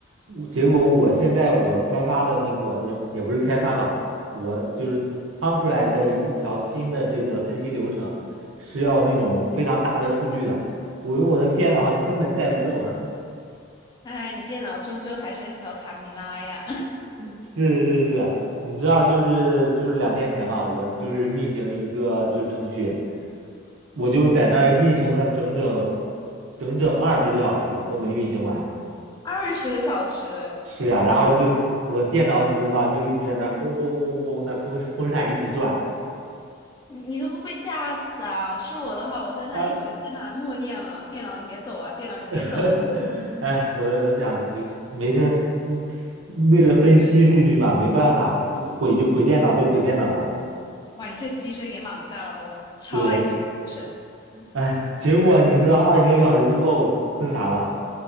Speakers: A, on the right; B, on the left.
A: 我结果我现在我开发的那个不是，也不是开发吧，我就是趟出来的一条新的这个分析流程，是要那种非常大的数据的，我用我的电脑根本带不动。
B: 哎，你电脑终究还是个小卡米拉呀，
A: 是是是，你知道，就是就是两天前吧，我就是运行一个就是程序，我就在那儿运行了整整整整二十个小时都没运行完。
B: <laughs> 二十个小时，
A: 是呀，然后就我电脑你知道吧，就一直在那儿轰轰轰轰，那风风扇一直转。
B: 你你都不被吓死啊？是我的话，我在那一直跟他默念了，
A: 二，
B: 电脑你别走啊，电脑你别走啊。
A: <laughs> 哎，我我想就没事儿嗯为了分析数据嘛，没办法，就毁就毁电脑就毁电脑吧。
B: 哇，你这牺牲也蛮大的，我超爱你这牺牲。
A: 对，哎，结果你知道二十个小时之后那啥吗？